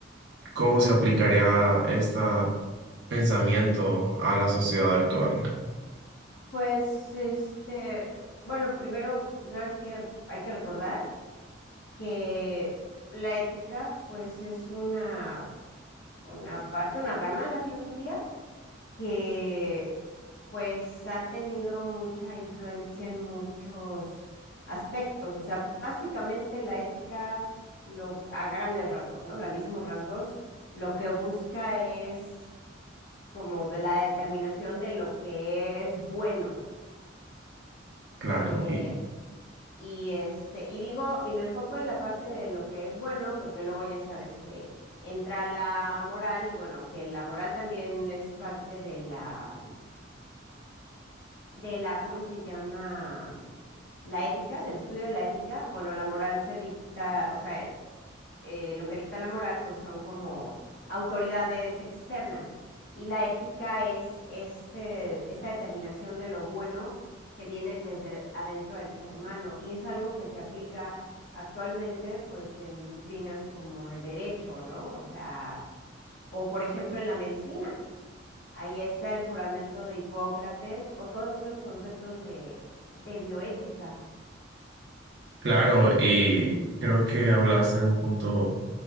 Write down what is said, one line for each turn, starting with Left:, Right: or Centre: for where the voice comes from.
Right: cómo se aplicaría este pensamiento a la sociedad
Left: ujú.
Right: actual?
Left: Pues este, bueno, primero, pues ahora sí que hay que recordar que la ética, pues es una, una parte, una rama de la filosofía que pues ha tenido mucha influencia en muchos aspectos. O sea, básicamente la ética, lo, a grandes rasgos, ¿no? Grandísimos rasgos, lo que busca es como de la determinación de lo que es bueno
Right: Claro,
Left: Eh,
Right: y
Left: y este, y digo, y me enfoco en la parte de lo que es bueno, porque luego ya sabes que entra la moral, y bueno, aunque la moral también es parte de la, de la, ¿cómo se llama? La ética, del estudio de la ética, bueno, la moral se dicta, o sea, eh, lo que dicta la moral, pues son como autoridades externas. Y la ética es este, esta determinación de lo bueno que viene desde adentro del ser humano. Y es algo que se aplica actualmente, pues, en disciplinas como el derecho, ¿no? O sea, o por ejemplo en la medicina. Ahí está el juramento de Hipócrates o todos estos conceptos de, de bioética.
Right: Claro, y creo que hablaste de un punto